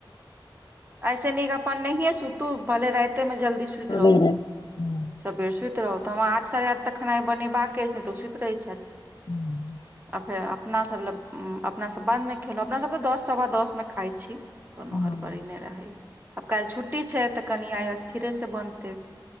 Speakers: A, on the right; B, on the left.
A: <inaudible> ऐसे नीक अपन नहींए सुतू भले राइते में जल्दी सुत
B: सबेरे
A: रहू
B: हँ
A: सबेर सुत रहू तऽ हमरा आठ साढ़े आठ तक खनै बनेबाक ऐछे नै तऽ ओ सुत रहैत छैथ
B: <unintelligible>
A: फेर अपना सब लऽ अपना सब बाद मे खेलों अपना सब तऽ दस सवा दस में खाइ छी कोनो
B: हँ
A: हड़बड़ी नै रहै आब काइल छुट्टी छै तऽ कनि आइ स्थिरे से बनतै